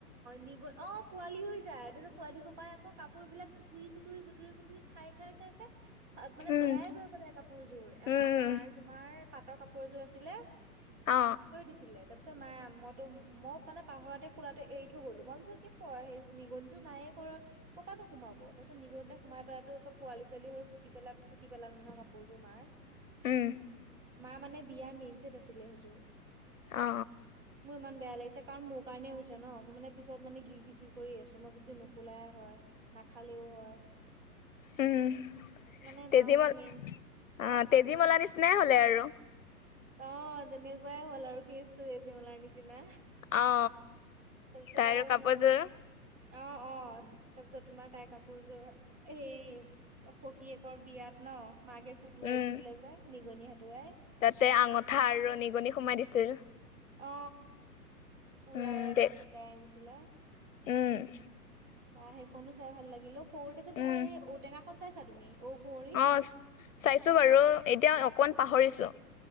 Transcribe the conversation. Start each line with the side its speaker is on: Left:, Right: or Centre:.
Right: নিগল অ পোৱালি হৈ যায় ততিয়াত পোৱালি কোপাই আকৌ কাপোৰ বিলাক তুৰি কুটুৰি গুৰি গুটুৰি খাই খাই খাই খাই মানে
Left: উম
Right: বেয়াই গৈ পেলাই কাপোৰযোৰ আমাৰ
Left: উম
Right: মাৰ তোমাৰ পাটৰ কাপোৰযোৰ আছিলে
Left: অ
Right: দিছিলে তাৰপিছত মায়ে মইতো মই মানে পাহৰতে খোলাটো এৰি থৈ গ'লো মই ভাবিছো কি নিগনতটো নায়ে ঘৰত কপাতোমাব তাৰ পিছত নিগুতে সোমাই পেলাইো পোৱালি ছোৱালী হৈ কুটি পেলাই কুটি পেলাল ন কাপোৰযোৰ মাৰ <inaudible>
Left: উম
Right: মা মানে বিয়াৰ মেইন চছেট আছিলে সেইযোৰ
Left: অ
Right: মোৰ ইমান বেয়া লাগিছে কাৰণ মোক কাৰণে হৈছে ন মোৰ মানে পিছত মানে গিল্টি ফিল কৰি আছো মই যদি নোখোলাই হয় নাখালেও হয়
Left: উম
Right: মানে
Left: তেজিমাল
Right: মাহঁতৰ মেইন
Left: অ
Right: হা
Left: তেজি আজিমলা নিচিনাই হলে আৰু
Right: অ তেনেকুৱাই হ'ল আৰু কেছটো এজীমলাৰ নিচিনা
Left: অ
Right: তাৰপিছত
Left: তাই আৰু কাপোৰযোৰ
Right: মোৰ অ অ অ তাৰপিছত তোমাৰ তাইৰ কাপোৰযোৰ সেই সখীয়েকৰ বিয়াত ন মাকে খুটুৱাই
Left: উম
Right: দিছিলে যে নিগনি সতুৱাই
Left: তাতে আঙঠা আৰু ৰ নিীগনিী সোমাই দিছিল
Right: অ পুৰায়
Left: উম
Right: আকৌ
Left: দে
Right: কুটাই আনিছিলে
Left: উম
Right: বা সেইখনো চাই ভাল লাগিল অ সৰুতে যে তোমাৰ
Left: উম
Right: এই ঔটেঙাখনন চাইছা তুমি অঔ কুঁৱৰৰি
Left: অ চাইছো বাৰু এতিয়া অকমান পাহৰিছো